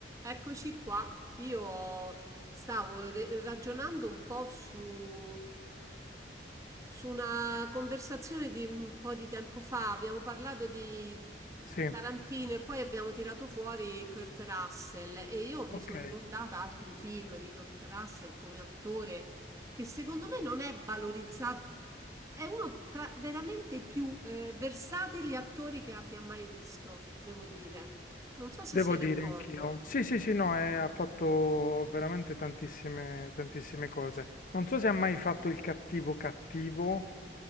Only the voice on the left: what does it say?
Sì,
ok,
devo
dire anch'io. Sì, sì, sì, no, eh, ha fatto veramente tantissime, tantissime cose. Non so se ha mai fatto il cattivo cattivo.